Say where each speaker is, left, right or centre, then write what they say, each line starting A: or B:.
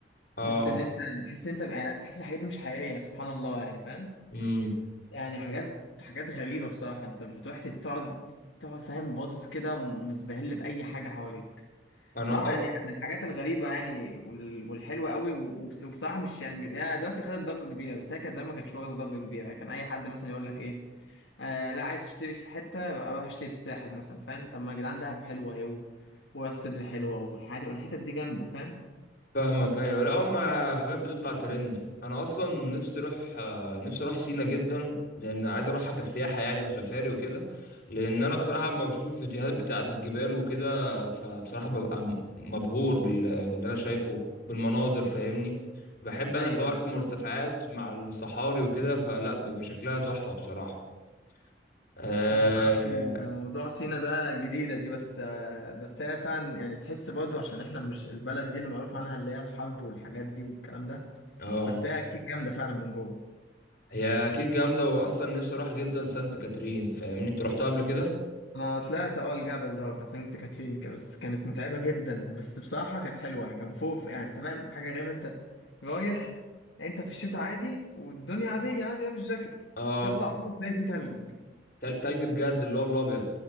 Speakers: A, on the left (about 55°); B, on the left (about 80°).
A: اه
B: تحس ان انت تحس ان انت يعني تحس الحاجات دي مش حقيقية سبحان الله يعني فاهم
A: امم
B: يعني حاجات حاجات غريبة بصراحة انت بتروح تقعد تقعد فاهم باصص كده ومزبهل بأي حاجة حواليك
A: انا
B: بصراحة يعني من الحاجات الغريبة يعني وال- والحلوة قوي وبس- وبصراحة مش يعني مش- هي دلوقتي خدت ضجة كبيرة بس هي كانت زمان ما كانتش واخدة ضجة كبيرة يعني كان أي حد مثلا يقول لك إيه آه لا عايز تشتري في حتة أروح أشتري في الساحل مثلا فاهم طب ما يا جدعان دهب حلوة أهي و- وراس سدر حلوة والحتت والحتت دي جامدة فاهم
A: فاهمك ايوه لا هم حاجات بتطلع ترند انا اصلا نفسي اروح آه، نفسي اروح سينا جدا لان عايز اروحها كسياحه يعني وسفاري وكده لان انا
B: اه
A: بصراحه لما بشوف الفيديوهات بتاعه الجبال وكده فبصراحه ببقى م- مبهور بال... باللي انا شايفه بالمناظر فاهمني بحب انا
B: ايوه
A: حوار المرتفعات مع الصحاري وكده فلا بيبقى شكلها تحفه بصراحه اه
B: بصراحة الموضوع سينا ده جديدة دي بس بس هي فعلا يعني تحس برضو عشان احنا مش البلد دي اللي معروف عنها اللي هي الحرب والحاجات دي والكلام ده
A: آه.
B: بس هي اكيد جامدة فعلا من جوه
A: هي اكيد جامده واصلا نفسي اروح جدا سانت كاترين فاهمني انت رحتها قبل كده
B: انا طلعت اه الجبل ده بتاع سانت كاترين كده، بس كانت متعبه جدا بس بصراحه كانت حلوه يعني كان فوق يعني انت فاهم حاجه غريبه انت رايح انت في الشتاء عادي والدنيا عاديه عادي لابس جاكيت
A: اه
B: تطلع فوق تلاقي فيه تلج
A: تل- تلج بجد اللي هو الابيض